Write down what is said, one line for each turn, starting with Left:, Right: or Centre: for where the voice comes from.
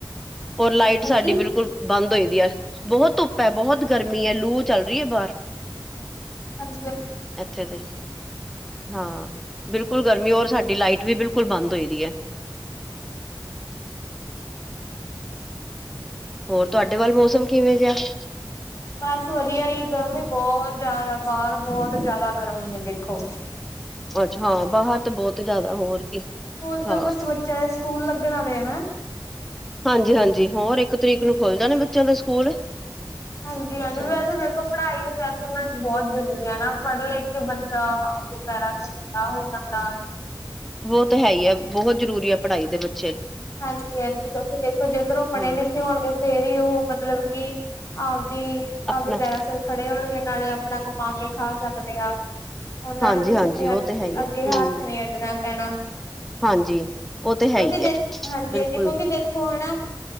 Centre: ਔਰ ਲਾਈਟ
Left: ਹਾਂਜੀ,
Centre: ਸਾਡੀ ਬਿਲਕੁਲ ਬੰਦ? ਸਵੇਰ ਦੀ ਅੱਜ- ਬਹੁਤ ਧੁੱਪ ਐ, ਬਹੁਤ ਗਰਮੀ ਐ, ਲੂ ਚੱਲ ਰਹੀ ਹੈ ਬਾਹਰ।
Left: ਹਾਂਜੀ।
Centre: ਐੱਥੇ ਤੇ। ਹਾਂ, ਬਿਲਕੁਲ ਗਰਮੀ, ਔਰ ਸਾਡੀ ਲਾਈਟ ਵੀ ਬਿਲਕੁਲ ਬੰਦ ਹੋਈ ਰਹੀ ਹੈ।
Left: ਤੇ <unintelligible>
Centre: ਹੋਰ ਤੁਹਾਡੇ ਵੱਲ, ਮੌਸਮ ਕਿਵੇਂ ਜਿਹਾ ਹੈ।
Left: ਬਸ ਵਧੀਆ ਹੀ। ਗਰਮੀ ਬਹੁਤ ਜ਼ਿਆਦਾ ਬਾਹਰ ਬਹੁਤ ਜ਼ਿਆਦਾ ਗਰਮੀ ਹੈ ਦੇਖੋ।
Centre: ਅੱਛਾ! ਬਾਹਰ ਤੇ ਬਹੁਤ ਜ਼ਿਆਦਾ ਹੋਰ ਕੀ
Left: ਹੁਣ ਤਾਂ
Centre: ਹਾਂ!
Left: ਬਸ ਬੱਚਿਆਂ ਦੇ ਸਕੂਲ ਲੱਗਣ ਵਾਲੇ ਆ ਨਾ।
Centre: ਹਾਂਜੀ ਹਾਂਜੀ ਹੋਰ ਇੱਕ ਤਰੀਕ ਨੂੰ ਖੁੱਲ ਜਾਣੇ ਬੱਚਿਆਂ ਦੇ ਸਕੂਲ।
Left: ਹਾਂਜੀ- ਹਾਂਜੀ
Centre: ਹਾਂ
Left: ਵੈਸੇ ਦੇਖੋ ਪੜ੍ਹਾਈ ਵੀ ਵੈਸੇ, ਉਹਨਾਂ ਲਈ ਬਹੁਤ ਜ਼ਰੂਰੀ ਹੈ। ਪੜ੍ਹ ਲਿਖ ਕੇ? ਅਪਨੇ ਪੈਰਾ ਤੇ ਖੜਾ ਹੋ ਜਾਂਦਾ।
Centre: ਦੋ ਤੇ ਹੈ ਹੀ ਹੈ। ਬਹੁਤ ਜ਼ਰੂਰੀ ਹੈ, ਪੜ੍ਹਾਈ ਦੇ ਵਿੱਚ।
Left: ਹਾਂਜੀ- ਹਾਂਜੀ ਕਿਉਂਕਿ ਦੇਖੋ ਜੇਕਰ ਉਹ ਪੜ੍ਹੇ
Centre: ਹਮ
Left: ਲਿਖੇ ਹੋਣਗੇ, ਫਿਰ ਹੀ ਉਹ ਮਤਲਬ ਕਿ ਆ? ਵੀ ਆਪਦੇ
Centre: ਆਪਣਾ
Left: ਪੈਰਾਂ ਸਿਰ ਖੜੇ ਹੋਣਗੇ। ਨਾਲੇ ਆਪਣਾ ਕਮਾ ਕੇ ਖਾ ਸਕਦੇ ਆ। ਉਹਨਾਂ
Centre: ਹਾਂਜੀ
Left: ਨੂੰ ਕਿਸੇ
Centre: ਹਾਂਜੀ ਉਹ ਤੇ ਹੈ ਹੀ
Left: ਅੱਗੇ
Centre: ਹੈ
Left: ਹੱਥ
Centre: ਹਮ
Left: ਨਹੀਂ ਅੱਡਣਾ ਪੈਣਾ।
Centre: ਹਾਂਜੀ ਉਹ ਤੇ
Left: ਕਿਉਂਕਿ
Centre: ਹੈ ਹੀ ਹੈ।
Left: ਜੇ ਹਾਂਜੀ- ਹਾਂਜੀ
Centre: ਬਿਲਕੁਲ
Left: ਕਿਉਂਕਿ ਦੇਖੋ ਹੈਨਾ ਜੇ?